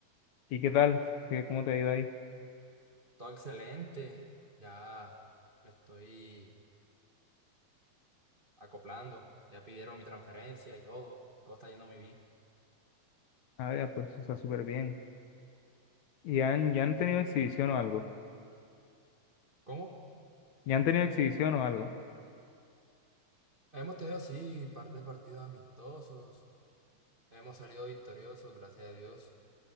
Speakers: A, on the left; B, on the right.
A: ¿Y qué tal? ¿Qué, cómo te ha ido ahí?
B: Todo excelente, ya me estoy acoplando, ya pidieron mi transferencia y todo, todo está yendo muy bien.
A: Ah, ya, pues está súper bien. ¿Y han, ya han tenido exhibición o algo?
B: ¿Cómo?
A: ¿Ya han tenido exhibición o algo?
B: Hemos tenido, sí, par de partidos amistosos, hemos salido victoriosos, gracias a Dios,